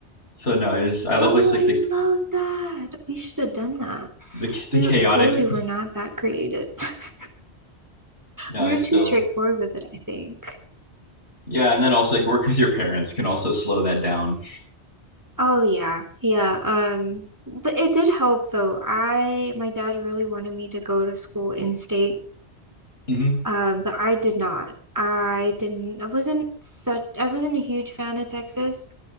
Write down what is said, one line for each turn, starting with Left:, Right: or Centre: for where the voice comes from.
Left: So no, I just I love
Right: Oh,
Left: like, like
Right: I
Left: the
Right: love that. We should have done that.
Left: the the
Right: We
Left: chaotic.
Right: clearly were not that creative. <laughs>
Left: No,
Right: We're
Left: I still
Right: too straightforward with it, I think.
Left: yeah, and then also like working with your parents can also slow that down.
Right: Oh yeah, yeah. Um, but it did help though. I my dad really wanted me to go to school in state,
Left: Mhm.
Right: um, but I did not. I didn't. I wasn't such. I wasn't a huge fan of Texas.